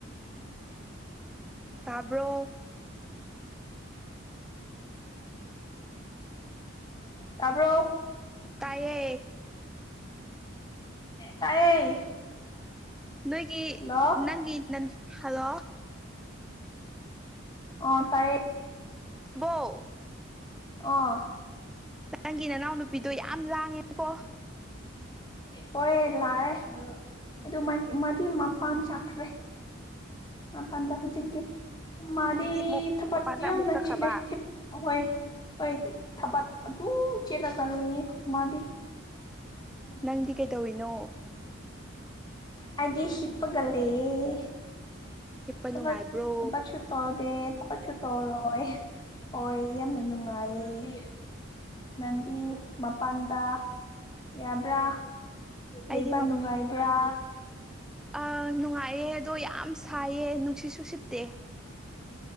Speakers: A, in the centre; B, on the left (about 20°).
A: ꯇꯥꯕ꯭ꯔꯣ
B: ꯇꯕ꯭ꯔꯣ
A: ꯇꯥꯏꯌꯦ
B: ꯇꯥꯏꯌꯦ
A: ꯅꯣꯏꯒꯤ
B: ꯍꯜꯂꯣ
A: ꯅꯪꯒꯤ ꯅ ꯍꯜꯂꯣ
B: ꯑꯣ ꯇꯥꯏꯌꯦ
A: ꯕꯣ
B: ꯑꯣ
A: ꯅꯪꯒꯤ ꯅꯅꯥꯎ ꯅꯨꯄꯤꯗꯨ ꯌꯥꯝ ꯂꯥꯡꯉꯦꯀꯣ
B: ꯍꯣꯏ ꯂꯥꯛꯑꯦ ꯑꯗꯨ ꯃꯗꯤ ꯃꯄꯥꯟ ꯆꯠꯈ꯭ꯔꯦ ꯃꯥꯄꯥꯟꯗ ꯍꯧꯖꯤꯛꯇꯛꯇꯤ ꯃꯥꯗꯤ
A: ꯍꯧꯖꯤꯛꯇꯤ ꯑꯃꯨꯛ
B: ꯊꯕꯛ
A: ꯃꯄꯥꯟꯗ
B: ꯌꯣꯅ
A: ꯑꯃꯨꯛ ꯆꯠꯈ꯭ꯔꯕ
B: ꯆꯤꯜꯂꯦ ꯑꯍꯣꯏ ꯍꯣꯏ ꯊꯕꯛ ꯑꯗꯨꯝ ꯆꯦꯜꯂꯒ ꯂꯩꯌꯦ ꯃꯥꯗꯤ <unintelligible>
A: ꯅꯪꯗꯤ ꯀꯩꯗꯧꯔꯤꯅꯣ
B: ꯑꯩꯗꯤ ꯍꯤꯞꯄꯒ ꯂꯩꯌꯦ
A: ꯍꯤꯞꯄ
B: ꯇꯕꯛ
A: ꯅꯨꯡꯉꯥꯏꯕ꯭ꯔꯣ
B: ꯇꯕꯛꯁꯨ ꯇꯧꯗꯦ ꯇꯕꯛꯁꯨ ꯇꯧꯔꯣꯏ ꯍꯣꯏ ꯌꯥꯝꯅ ꯅꯨꯡꯉꯥꯏꯌꯦ ꯅꯪꯗꯤ ꯃꯄꯥꯟꯗ ꯌꯥꯕ꯭ꯔꯥ
A: ꯑꯩꯗꯤ
B: ꯂꯩꯕ ꯅꯨꯡꯉꯥꯏꯕ꯭ꯔꯥ
A: ꯑꯥ ꯅꯨꯡꯉꯥꯏꯌꯦ ꯑꯗꯣ ꯌꯥꯝ ꯁꯥꯏꯌꯦ ꯅꯨꯡꯁꯤꯠꯁꯨꯁꯤꯠꯇꯦ